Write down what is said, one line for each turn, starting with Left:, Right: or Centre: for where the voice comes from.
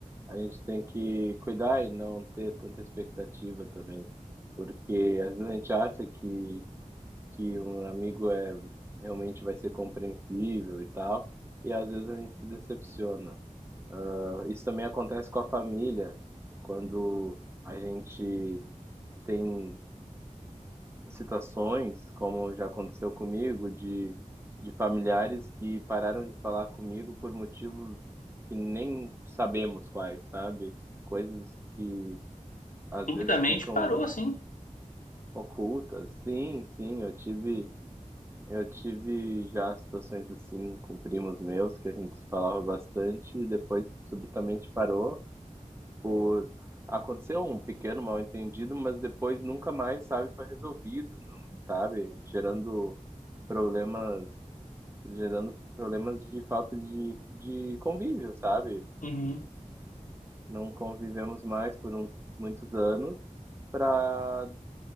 Right: A gente tem que cuidar e não ter tanta expectativa também, porque às vezes a gente acha que, que um amigo é realmente vai ser compreensível e tal, e às vezes a gente se decepciona. Isso também acontece com a família, quando a gente tem situações, como já aconteceu comigo, de, de familiares que pararam de falar comigo por motivos que nem sabemos quais, sabe? Coisas que às
Left: subitamente
Right: vezes ficam
Left: parou assim.
Right: ocultas. Sim, sim, eu tive, eu tive já situações assim com primos meus que a gente se falava bastante e depois subitamente parou. por aconteceu um pequeno mal-entendido, mas depois nunca mais, sabe, foi resolvido, não- sabe, gerando problemas, gerando problemas de falta de, de convívio, sabe?
Left: Uhum,
Right: Não convivemos mais por um, muitos anos para